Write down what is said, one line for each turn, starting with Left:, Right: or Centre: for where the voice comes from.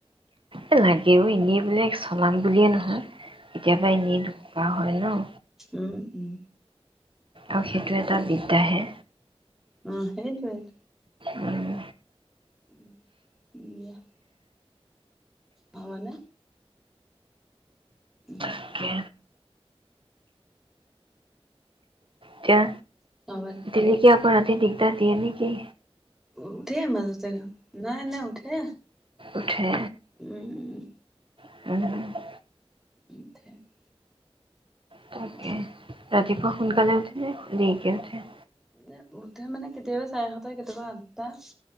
Right: এ লাগেও, এনেই বোলে চলাম বুলিয়ে নহয়, কেতিয়াবা এনেই দৰকাৰ হয় ন'।
Centre: উম-উম।
Right: আৰু সেইটো এটা বিদ্যাহে।
Centre: অঁ' সেইটোৱেই।
Right: উম,
Centre: উমঁ <unintelligible> ভাবানে? উমঁ।
Right: তাকে তিয়া-
Centre: <unintelligible>
Right: <unintelligible> আকৌ ৰাতি দিগদাৰ দিয়ে নে কি?
Centre: উঠে মাজতে, <unintelligible> নাই উঠে।
Right: উঠে।
Centre: উম-উম।
Right: <unintelligible>
Centre: <unintelligible>
Right: তাকে।
Centre: অহ, দে।
Right: ৰাতিপুৱা সোনকালে উঠিনে দেৰিকে উঠে?
Centre: মানে উঠে মানে কেতিয়াবা চাৰেসাতটা কেতিয়াবা আঠটা।